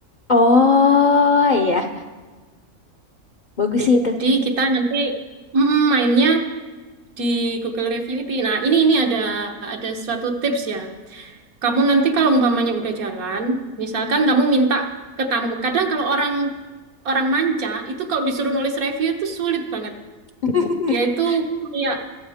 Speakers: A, on the left; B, on the right.
A: Oh iya, bagus
B: Jadi
A: sih itu cara.
B: kita nanti mm, mainnya di Google review itu. Nah, ini ini ada ada suatu tips ya. Kamu nanti kalau umpamanya udah jalan, misalkan kamu minta ke tamu. Kadang kalau orang orang manca itu kalau disuruh nulis review itu sulit banget.
A: <laughs>
B: Dia itu kayak